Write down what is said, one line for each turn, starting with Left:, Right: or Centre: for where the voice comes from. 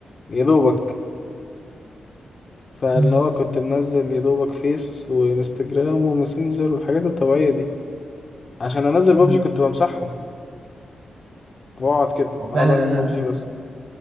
Left: يا دوبك فاللي
Right: مم.
Left: هو كنت منزل يا دوبك فيس وانستجرام وماسنجر والحاجات الطبيعية دي عشان انزل
Right: مم.
Left: بابجي كنت بمسحهم واقعد كده
Right: هو فعلا
Left: اقعد العب
Right: انا
Left: بابجي بس